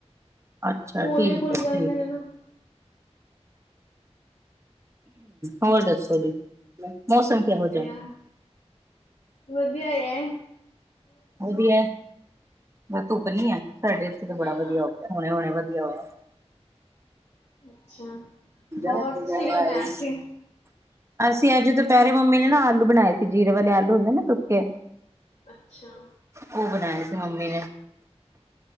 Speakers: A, on the right; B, on the left.
A: ਅੱਛਾ
B: ਸਕੂਲ
A: ਠੀਕ
B: ਵੀ ਖੁੱਲ
A: ਹੈ
B: ਜਾਂਦੇ
A: ਠੀਕ
B: ਨੇ ਨਾ।
A: ਹੋਰ, ਦੱਸੋ ਜੀ। ਮੌਸਮ? ਕਿਹੋ
B: ਵਧੀਆ,
A: ਜਿਹਾ
B: ਵਧੀਆ ਈ ਐ।
A: ਵਧੀਆ, ਧੁੱਪ ਨੀ ਆ, ਸਾਡੇ ਇੱਥੇ ਤੇ ਬੜਾ
B: ਨਾ ਨਾ
A: ਵਧੀਆ ਹੋ ਗਿਆ, ਹਣੇ ਹੁਣੇ ਵਧੀਆ ਹੋਇਆ।
B: ਅੱਛਾ।
A: <unintelligible>
B: ਹੋਰ ਤੁਸੀਂ ਕੀ
A: <unintelligible>
B: ਬਣਾਇਆ ਸੀ
A: ਅਸੀਂ ਅੱਜ, ਦੁਪਹਿਰੇ ਮੰਮੀ ਨੇ ਨਾ ਆਲੂ ਬਣਾਏ ਸੀ ਜੀਰੇ ਵਾਲੇ ਆਲੂ ਹੁੰਦੇ ਨਾ ਸੁੱਕੇ।
B: ਅੱਛਾ।
A: ਉਹ ਬਣਾਏ ਸੀ, ਮੰਮੀ ਨੇ।